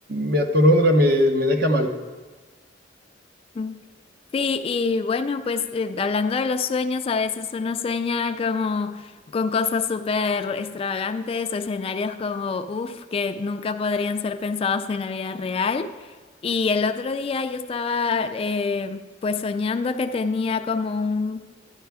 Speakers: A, on the right; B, on the left.
A: me atolondra, me, me deja mal.
B: Mm. Sí, y bueno, pues eh, hablando de los sueños, a veces uno sueña como con cosas súper extravagantes o escenarios como, uff, que nunca podrían ser pensados en la vida real. Y el otro día yo estaba eh, pues soñando que tenía como un